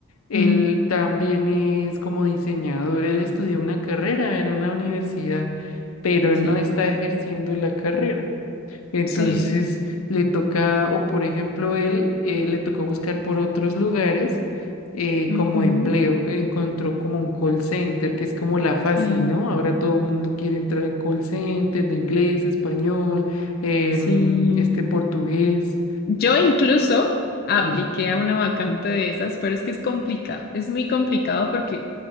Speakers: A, on the left; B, on the left.
A: Él
B: Mm,
A: también es como diseñador. Él estudió una carrera en una universidad, pero
B: sí,
A: no está ejerciendo la carrera. Entonces
B: sí,
A: le toca, o por ejemplo, él eh, le tocó buscar por otros lugares eh,
B: ujú,
A: como empleo. Encontró como un call center, que es como la fácil,
B: sí,
A: ¿no? Ahora todo el mundo quiere entrar en call center de inglés, español, em,
B: sí.
A: este portugués.
B: Yo incluso apliqué
A: Sí,
B: a una vacante de esas, pero es que es complicado, es muy complicado porque